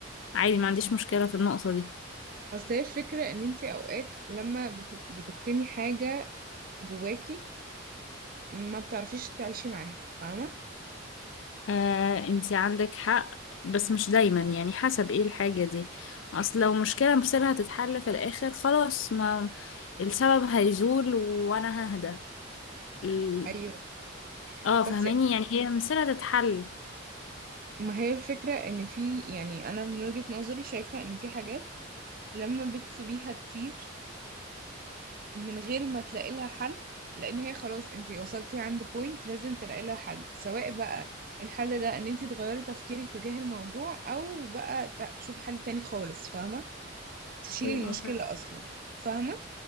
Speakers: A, on the left (about 80°); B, on the right (about 50°).
A: عادي ما عنديش مشكلة في النقطة دي
B: اصل هي الفكرة ان انت اوقات لما بت... بتكتمي حاجة جواكي ما بتعرفيش تعيشي معاها فاهمة
A: آه أنتي عندك حق بس مش دايما يعني حسب ايه الحاجة دي أصل لو مشكلة مصيرها تتحل في الآخر خلاص ما السبب هيزول وأنا ههدى ال-
B: ايوه
A: اه فهماني
B: بس
A: يعني هي مصيرها تتحل
B: ما هي الفكرة ان في يعني انا من وجهة نظري شايفة ان في حاجات لما بتسيبيها كتير من غير ما تلاقي لها حل لان هي خلاص انتي وصلتي عند بوينت لازم تلاقي لها حل سواء بقى الحل ده ان انتي تغيري تفكيرك تجاه الموضوع او بقى تع- تشوفي حل تاني خالص فاهمة تشيلي
A: ايوه
B: المشكلة
A: فاهم-
B: اصلا فاهمة